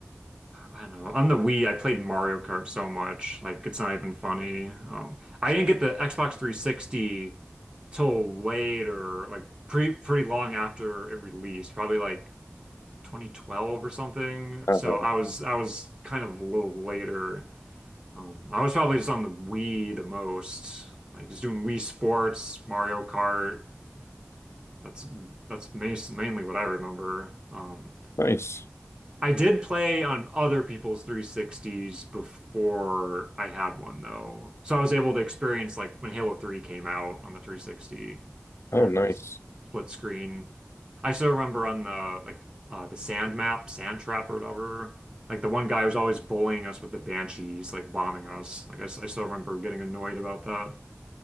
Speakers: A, on the right (about 20°); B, on the left (about 65°).
A: I don't know. On the Wii, I played Mario Kart so much, like it's not even funny. Um, I didn't get the Xbox 360 till later, like pretty pretty long after it released, probably like 2012 or something.
B: uh
A: So I was I was kind of a little later. Um, I was probably just on the Wii the most, like just doing Wii Sports, Mario Kart. That's that's mas- mainly what I remember. Um,
B: Nice.
A: I did play on other people's 360s before I had one though. So I was able to experience like when Halo 3 came out on the 360, we
B: Oh,
A: were
B: nice.
A: doing s-
B: <laughs>
A: split screen. I still remember on the like uh, the sand map, sand trap or whatever. Like the one guy was always bullying us with the banshees, like bombing us. Like I, s- I still remember getting annoyed about that.